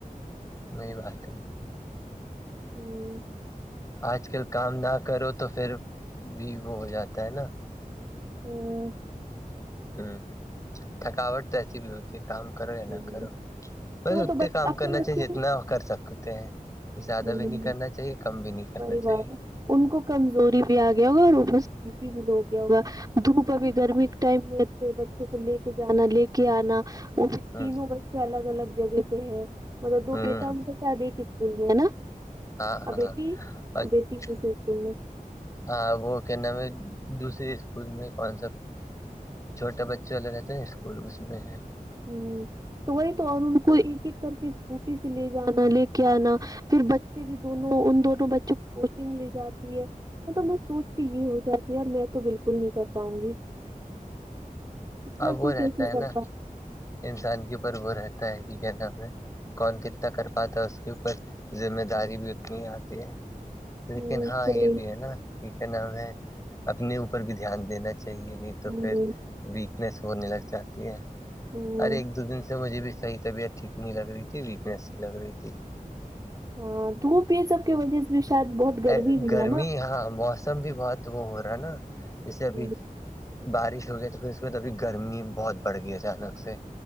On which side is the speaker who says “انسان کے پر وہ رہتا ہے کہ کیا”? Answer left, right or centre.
Left